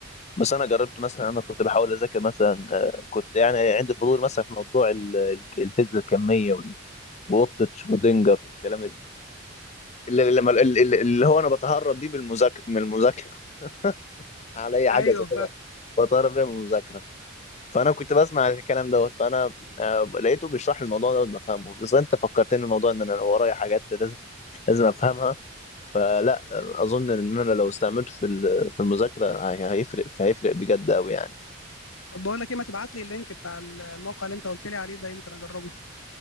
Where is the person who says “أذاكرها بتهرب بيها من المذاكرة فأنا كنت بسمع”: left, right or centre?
Left